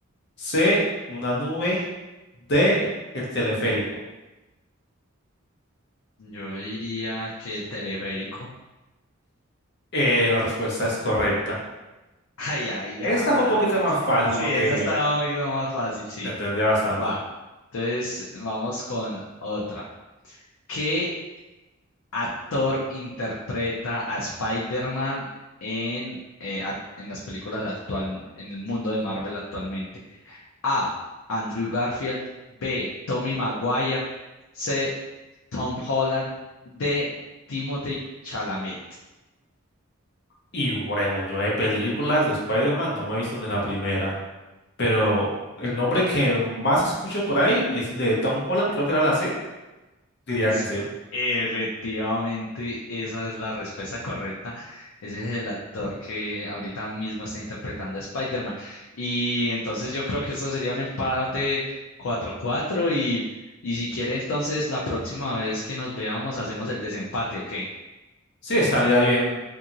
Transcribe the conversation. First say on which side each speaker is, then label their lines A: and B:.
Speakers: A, on the left; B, on the left.
A: C, una nube. D, el teleférico.
B: Yo diría que el teleférico.
A: Eh, la respuesta es correcta.
B: <laughs> Ay, ay,
A: Esta
B: ay.
A: fue un poquito más fácil,
B: Sí,
A: como
B: esa
A: que
B: está un poquito más fácil, sí.
A: se entendía bastante.
B: Va. Entonces, vamos con otra. ¿Qué actor interpreta a Spider-Man en, eh, act- en las películas actual, en el mundo de Marvel actualmente? A. Andrew Garfield. B. Tommy Maguire. C. Tom Holland. D. Timothée Chalamet.
A: Y bueno, yo de películas de Spider-Man no me he visto ni la primera. Pero el nombre que más escucho por ahí es el de Tom Holland, creo que era la C. Diría
B: Sí,
A: que es él.
B: Efectivamente, esa es la respuesta correcta. Ese es el actor que ahorita mismo está interpretando a Spider-Man. Y entonces yo creo que esto sería un empate 4-4 y, y si quiere entonces la próxima vez que nos veamos hacemos el desempate, ¿ok?
A: Sí, estaría bien.